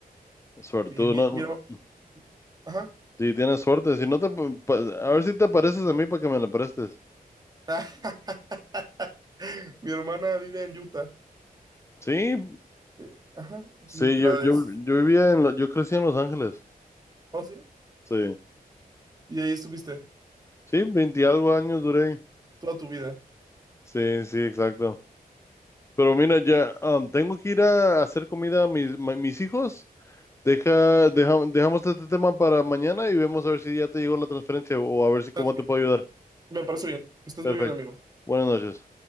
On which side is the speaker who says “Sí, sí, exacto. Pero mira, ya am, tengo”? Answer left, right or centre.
Left